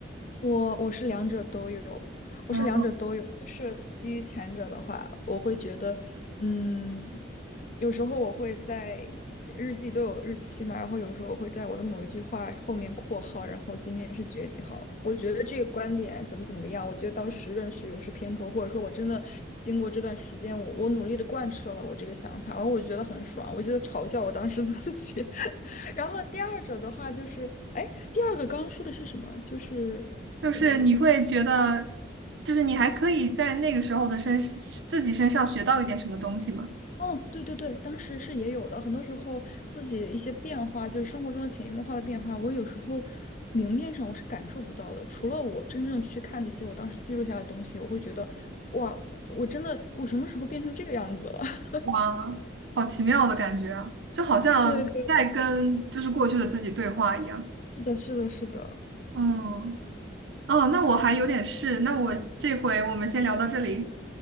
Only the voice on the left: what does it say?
我我是两者都有，我是两者都有。
就是基于前者的话，我会觉得，嗯，有时候我会在日记都有日期嘛，然后有时候我会在我的某一句话后面括号，然后今天是几月几号。我觉得这个观点怎么怎么样，我觉得当时认识有失偏颇，或者说我真的经过这段时间，我我努力的贯彻了我这个想法，然后我觉得很爽，我觉得嘲笑我当时的自己。<laughs> 然后第二者的话就是，哎，第二个刚刚说的是什么？就是。
呃，
嗯，对对对，当时是也有的。很多时候自己一些变化，就是生活中的潜移默化的变化，我有时候明面上我是感受不到的。除了我真正去看那些我当时记录下的东西，我会觉得，哇，我真的我什么时候变成这个样子了？<laughs>
对对，是的，是的，是的。